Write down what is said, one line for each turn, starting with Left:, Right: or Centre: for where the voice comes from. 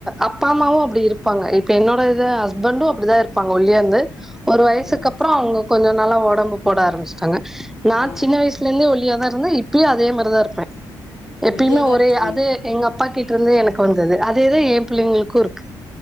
Centre: அப்பா அம்மாவு அப்டி இருப்பாங்க இப்போ என்னோட இது ஹஸ்பண்டு அப்டிதா இருப்பாங்க ஒல்லியா இருந்து ஒரு வயசுக்கு
Left: ம்
Centre: அப்புற அவங்க கொஞ்சோ நல்லா ஒடம்பு போட ஆரம்பிச்சிட்டாங்க நா
Left: ஆ
Centre: சின்ன வயசு லந்தே ஒல்லியா தா இருப்ப இப்பயு அதே மாரி தா இருப்பே எப்பயுமே
Left: ஒல்லியாக தான்
Centre: ஒரே
Left: இருக்கீங்க
Centre: அது எங்க அப்பா கிட்ட இருந்து எனக்கு வந்தது அதேதா எ பிள்ளைங்களு க்கு இருக்கு